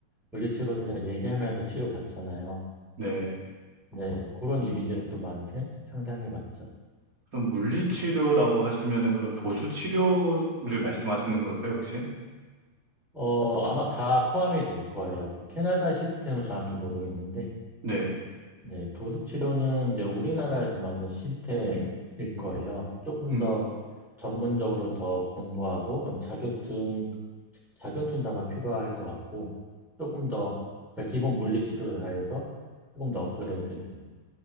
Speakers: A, in the centre; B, on the right.
A: 물리치료사들이랑 얘기하면서 치료받잖아요.
B: 네.
A: 네, 그런 이미지를 또 많이 세- 상상해봤죠.
B: 그럼 물리치료라고 하시면은 그럼 도수치료를 말씀하시는 걸까요, 혹시?
A: 어, 아마 다 포함이 될 거예요. 그 캐나다 시스템은 정확히 모르겠는데
B: 네.
A: 네, 도수치료는 이제 우리나라에서 만든 시스템일 거예요. 조금
B: 음,
A: 더 전문적으로 더 공부하고 자격증 자격증도 아마 필요할 것 같고, 조금 더, 그러니까 기본 물리치료 다 해서 조금 더 업그레이드 된.